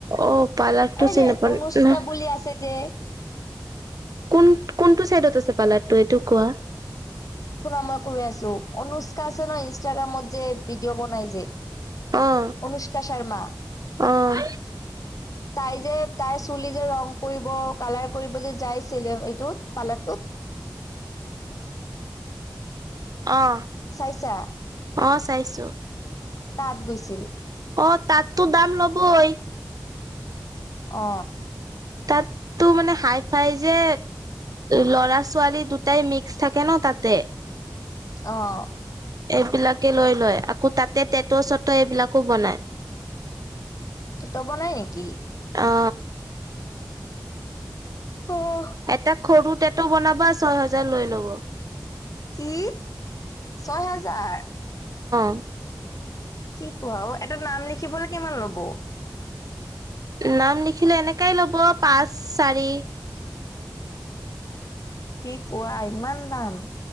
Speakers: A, on the right; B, on the left.
A: অ পাৰ্লাৰটো
B: এই
A: চিনি
B: যে
A: নাপাও
B: অনুষ্কা বুলি আছে যে
A: কোন কোনটো চাইডত আছে পাৰ্লাৰটো এইটো কোৱা
B: শুনা মই কৈ আছো অনুষ্কা আছে ন ইনষ্টাগ্ৰামত যে ভিডিঅ' বনাই যে
A: অ',
B: অনুষ্কা শৰ্মা
A: অ',
B: তাই যে তাইৰ চুলি যে ৰং কৰিব কালাৰ কৰিব যে যাইছিল এইটো পাৰ্লাৰটোত
A: অ
B: চাইছা
A: অ চাইছো
B: তাত গৈছিল
A: অ', তাততো দাম ল'ব ই
B: অ
A: তাত তটো মানে হাই ফাই যে ল'ৰা ছোৱালী দুটাই মিক্স থাকে ন তাতে উ
B: অ
A: এইবিলাকে লৈ লয় আকৌ তাতে টেট চত এইবিলাকো বনায়
B: তেটো বনাই নেকি
A: অ
B: অহ,
A: এটা সৰু টেট বনাবা ছয় হেজাৰ লৈ ল'ব
B: কি ছয় হাজাৰ
A: উ
B: কি কোৱা অ এটা নাম লিখিবলৈ কিমান লব
A: নাম লিখিলে এনেকাই ল'ব পাঁচ চাৰি
B: কি কোৱা ইমান দাম